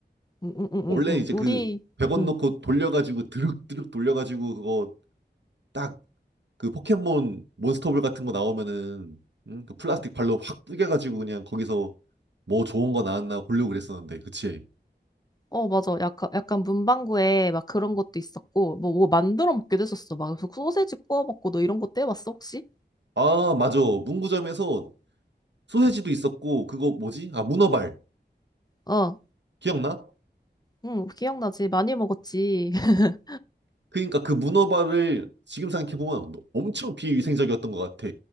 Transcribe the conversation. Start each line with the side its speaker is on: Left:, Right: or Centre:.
Left: 응, 응, 응,
Right: 원래
Left: 응, 응.
Right: 이제
Left: 우리,
Right: 그 100원
Left: 응.
Right: 넣고 돌려가지고 드륵드륵 돌려가지고 그거 딱 그 포켓몬 몬스터볼 같은 거 나오면은 응? 그 플라스틱 발로 확 뿌겨가지고 그냥 거기서 뭐 좋은 거 나왔나 고르고 그랬었는데 그치?
Left: 어, 맞아. 약간, 약간 문방구에 막 그런 것도 있었고, 뭐, 뭐 만들어 먹기도 했었어. 막 소세지 구워 먹고, 너 이런 것도 해봤어, 혹시?
Right: 아 맞아 문구점에서 소세지도 있었고 그거 뭐지? 아 문어발
Left: 어,
Right: 기억나?
Left: 응, 기억나지. 많이 먹었지. <laughs>
Right: 그러니까 그 문어발을 지금 생각해보면 엄청 비위생적이었던 것 같아.